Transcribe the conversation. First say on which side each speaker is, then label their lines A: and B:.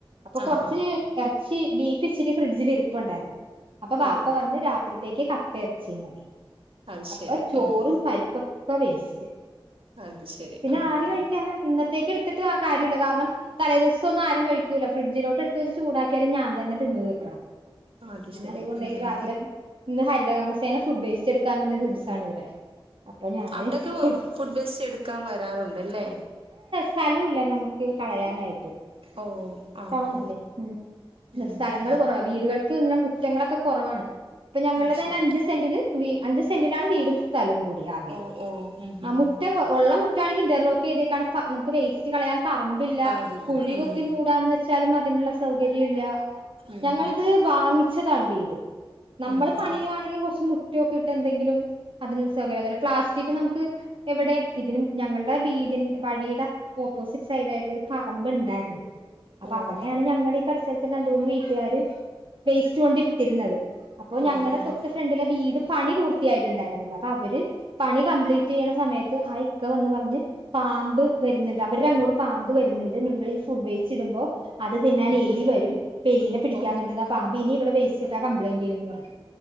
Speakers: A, on the right (about 65°); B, on the right (about 80°).
A: അപ്പൊ കുറച്ച്
B: ആഹാ
A: ഇറച്ചി ബീഫ് ഇച്ചിരി ഫ്രിഡ്ജിലിരിപ്പുണ്ടായിരുന്നു അപ്പൊ വാപ്പ
B: ഓ
A: പറഞ്ഞ് രാത്രി തേക്ക് കപ്പ ഇറച്ചിയും മതി
B: അത്
A: അപ്പോ
B: ശരി
A: ചോറും
B: ഉം ഉം
A: പരിപ്പും ഇപ്പ വേസ്റ്റ്
B: അത് ശരി
A: പിന്നെ
B: ആഹാ
A: ആര് കഴിക്കാനാ ഇന്നതെ ത്തേക്കെടുത്തിട്ട് ആ കാര്യല്ല, കാരണം തലേ ദിവസം ഒന്നും ആരും കഴിക്കൂല. ഫ്രിഡ്ജിലോട്ടെടുത്ത് വെച്ച് ചൂടാക്കിയാലും ഞാൻ തന്നെ തിന്ന് തീർക്കണം.
B: ആ അത്
A: പിന്നെ
B: ശെരി
A: അതുകൊണ്ടേക്ക് രാവിലെ
B: മ്
A: ഇന്ന് ഹരിതകർമ്മസേന ഫുഡ് വേസ്റ്റ് എടുക്കാൻ വന്ന ദിവസാണ് ഇവിടെ. അപ്പൊ ഞാന്
B: അവിടൊക്കെ വ
A: കൊടുത്തു
B: ഫുഡ്‌ വേസ്റ്റെടുക്കാൻ വരാറുണ്ടല്ലേ?
A: സ്ഥലുല്ല നമ്മക്ക് കളയാനായിട്ട്.
B: ഓ ആഹാ
A: ടൗണല്ലേ മ്
B: ഉം
A: സ്ഥലങ്ങൾ കുറവ വീടുകൾക്ക് ഇങ്ങനെ മു റ്റങ്ങളൊക്കെ കൊറവാണ്. ഇപ്പ ഞങ്ങൾടെ
B: അത്
A: തന്നെ
B: ശരി
A: അഞ്ച് സെന്റില് വി അഞ്ച് സെന്റിലാണ് വീടും സ്ഥലവും കൂട് <unintelligible> ആകെ
B: ഓ ഓ ഉം
A: ആ
B: ഉം
A: മുറ്റം കൊ ഒള്ള മുറ്റ് റ്റാണെങ്കി ഇന്റർലോക്ക് ചെയ്തേക്കാണ് പ്പ നമ്മക്ക് വേസ്റ്റ് കളയാം. പറമ്പില്ല,
B: പാടില്ല
A: കുഴി കുത്തി
B: ഉം
A: മൂടാന്ന് വെ ലും അതിനുള്ള സൗകര്യല്ല.
B: ഉം
A: ഞങ്ങളിത് വാങ്ങിച്ച് റ്റതാണ് വീട്. നമ്മള്
B: ഉം
A: പണിയുവാണെങ്കി
B: ഉം
A: കൊറച്ച് മുറ്റ് റ്റൊക്കെ ഇട്ട് എന്തെങ്കിലും അതിനുള്ള സൗകര്യം അതെപോലെ പ്ലാസ്റ്റിക് നമുക്ക് എവിടെ ഇതിനും ഞങ്ങളുടെ വീടിന് വഴിടെ ഓപ്പോസിറ്റ് സൈഡ് ആയിട്ട് ഒരു പറമ്പ് ഇണ്ടാരുന്നു. അപ്പ
B: ഓ
A: അവിടയാണ് ഞങ്ങടെ ഈ പരിസര ത്ത് രണ്ട് മൂന്ന് വീട്ടുകാര് വേസ്റ്റ് കൊണ്ട് ഇട്ടിരുന്നത്. അപ്പോ
B: ഓ
A: ഞങ്ങടെ
B: ഓ ഉം
A: തൊട്ടു ഫ്രണ്ടിലെ വീട് പണി പൂർത്തിയായിട്ടുണ്ടായിരുന്നില്ല. പ്പ അവര് പണി കംപ്ലീറ്റ് ചെയ്യണ സമയത്ത് ആ ഇക്ക വന്ന് പറഞ്ഞ് പാമ്പ് വെരുന്നിണ്ട്, അവരടങ്ങോട്ട് പാമ്പ് വരുന്നിണ്ട്, നിങ്ങളീ ഫുഡ് വേസ്റ്റിടുമ്പോ അത് തിന്നാനെലി
B: ഉം
A: വരും പ്പ എലീനെ പിടിക്കാൻ
B: ഓ
A: വേന്നതാ പാമ്പ് ഇനി ഇവിടെ വേസ്റ്റിട്ട കംപ്ലയിന്റു ചെയ്യും ന്ന് പറഞ്ഞു.